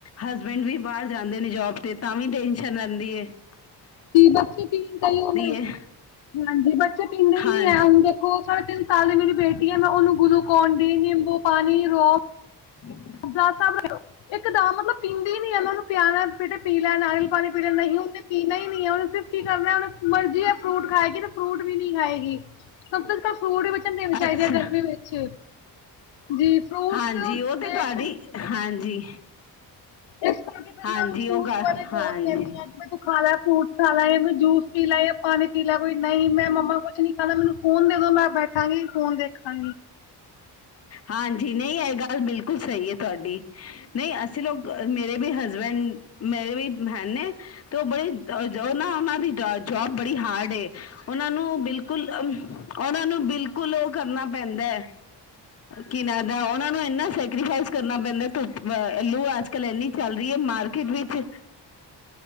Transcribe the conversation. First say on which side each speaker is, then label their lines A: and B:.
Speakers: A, on the left; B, on the left.
A: ਹਸਬੈਂਡ ਵੀ ਬਾਹਰ ਜਾਂਦੇ ਨੇ ਜੋਬ ਤੇ ਤਾਂ ਵੀ ਟੈਨਸ਼ਨ ਰਹਿੰਦੀ ਹੈ। <unintelligible>
B: ਬੱਚੇ ਪੀਣ
A: ਏ
B: ਹਾਂਜੀ ਬੱਚੇ ਪੀਂਦੇ ਹੀ
A: ਹਾਂ
B: ਨੀ ਐ ਹੁਣ ਦੇਖੋ ਸਾੇ ਤਿੰਨ ਸਾਲ। ਮੇਰੀ ਬੇਟੀ ਹੈ ਮੈਂ ਉਹਨੂੰ ਗਲੂਕੋਨ ਡੀ ਨਿੰਬੂ ਪਾਣੀ ਰੋ
A: <unintelligible>
B: <unintelligible> ਤਾਬ ਮਤਲਬ ਪੀਂਦੀ ਨੀ ਐ ਮਤਲਬ ਮੈ ਉਹਨੂੰ ਪਿਆਣਾ। ਬੇਟਾ ਲੈ ਨਾਰੀਅਲ ਪਾਣੀ ਪੀ ਲਿਆ ਨਹੀਂ ਉਹਨੇ ਪੀਣਾ ਹੀ ਨਹੀਂ ਐ ਔਨੇ ਤੇ, ਕੀ ਕਰਨਾ ਉਹਨਾ ਮਰਜ਼ੀ ਇਹ ਫਰੂਟ ਖਾਏਗੀ ਤੇ ਫਰੂਟ ਵੀ ਨੀ ਖਾਏਗੀ ਸਭ ਤੋਂ ਫਰੂਟ ਵੀ ਵਿੱਚ ਦੇਣੈ ਚਾਹੀਦੇ
A: ਅੱਛਾ
B: ਹੈ ਗਰਮੀ ਵਿੱਚ ਜੀ ਫਰੂਟਸ
A: ਹਾਂਜੀ ਉਹ ਤੇ
B: ਦੇਖ।
A: ਹਾਂਜੀ,
B: ਇਸ ਕਰਕੇ ਫਿਰ
A: ਹਾਂਜੀ
B: ਮੈਂ ਉਹਨੂੰ ਫਰੂਟਸ
A: ਉਹ ਗੱਲ
B: ਬਾਰੇ ਬਹੁਤ
A: ਹਾਂਜੀ
B: ਕਹਿਨੀ ਆ ਵੀ ਤੁ ਖਾਲਾ ਫਰੁਟ। <unintelligible> ਖਾ ਲਾ ਮੈਂ ਜੂਸ ਪੀਲਾ ਜਾਂ ਪਾਣੀ ਪੀ ਲੈ ਕੋਈ ਨਹੀਂ ਮੈਂ ਮੰਮਾ, ਕੁਛ ਨੀ ਖਾਨਾ ਮੈਨੂੰ ਫੋਨ ਦੇ ਦੋ ਮੈਂ ਬੈਠਾਂਗੀ ਫੋਨ ਦੇ, ਹਾ
A: ਹਾਂਜੀ ਨਹੀਂ ਇਹ ਗੱਲ ਬਿਲਕੁਲ ਸਹੀ ਹੈ ਤੁਹਾਡੀ, ਨਹੀਂ ਅਸੀਂ ਲੋਕ ਮੇਰੇ, ਹਸਬੈਂਡ ਮੇਰੇ ਵੀ ਹੈੈ ਨੇ, ਤੇ ਉਹ ਬੜੇ ਜੋ ਨਾ ਉਹਨਾਂ ਦੀ ਜੋਬ ਬੜੀ ਹਾਰਡ ਏ ਉਹਨਾਂ ਨੂੰ ਬਿਲਕੁਲ ਉਹਨਾਂ ਨੂੰ ਬਿਲ ਬਿਲਕੁਲ ਉਹ ਕਰਨਾ ਪੈਂਦਾ ਕਿਨਾਂ ਦਾ ਉਹਨਾਂ ਨੂੰ ਇੰਨਾ ਸੈਕਰੀਫਾਈਸ ਕਰਨਾ ਪੈਂਦਾ ਧੂੱਪ ਦਾ ਲੂ ਅੱਜ ਕੱਲ ਇੰਨੀ ਚੱਲ ਰੀ ਐ ਮਾਰਕੀਟ ਵਿੱਚ